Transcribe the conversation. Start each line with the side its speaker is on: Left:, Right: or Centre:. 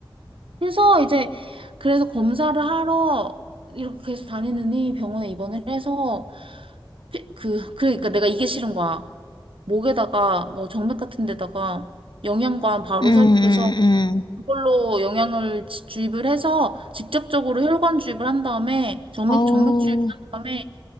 Right: 그래서 이제 그래서 검사를 하러 이렇게 계속 다니느니 병원에 입원을 해서 피- 그 그러니까 내가 이게 싫은 거야. 목에다가 뭐 정맥 같은 데다가 영양관 바로
Left: 음, 음,
Right: 삽입해서
Left: 음.
Right: 그걸로 영양을 지- 주입을 해서 직접적으로 혈관 주입을 한 다음에 정맥
Left: 아우,
Right: 정맥 주입을 한 다음에